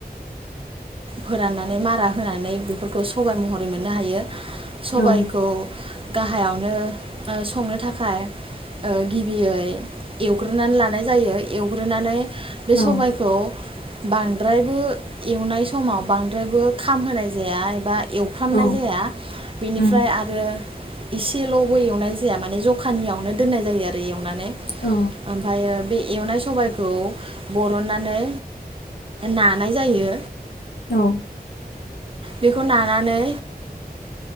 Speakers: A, on the right; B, on the left.
A: फोराननानै मारा होनानै बेफोरखौ सबाय महरै मोननो हायो सबायखौ
B: औ
A: गाहायावनो ओ संनो थाखाय ओ गिबियै एवग्रोनानै लानाय जायो एवग्रोनानै बे
B: औ
A: सबायखौ बांद्रायबो एवनाय समाव बांद्रायबो खामहोनाय जाया बा एवफ्रामनाय
B: औ
A: जाया बेनिफ्राय
B: उम
A: आरो एसेलबो एवनाय जाया माने जखानियावनो दोननाय जायो आरो एयाव एवनानै
B: औ
A: ओमफायो बे एवनाय सबायखौ बरननानै नानाय जायो
B: औ
A: बेखौ नानानै